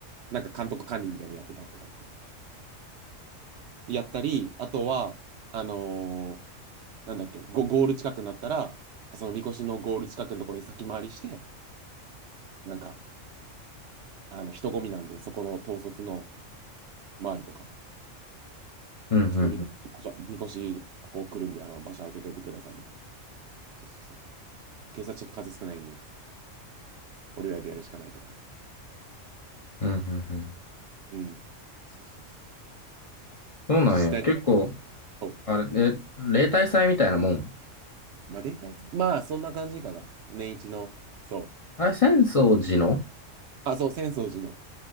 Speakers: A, on the right; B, on the left.
A: なんか監督管理みたいなのやってたって感じですかね。やったり、あとは、あのーなんだっけ、ゴ、ゴール近くになったら、そのみこしのゴール近くのところに先回りして、なんか、あの、人混みなんで、そこの統率の周りとか、
B: うん、うん、
A: ちょっとみこ、みこし、ここ来るんで、あの、場所空けといてくださいみたいな。そうそうそう。警察ちょっと数少ないんで、俺らでやるしかないって感じです。
B: うん、うん、うん。
A: うん。そうそうそう。
B: そうなんや。
A: 自治体
B: 結構、
A: と、
B: あれ、え、例大祭みたいなもん。
A: まあ、例大さん、まあ、そんな感じかな。年一の、そう。
B: あれ、浅草寺の
A: あ、そう、浅草寺の、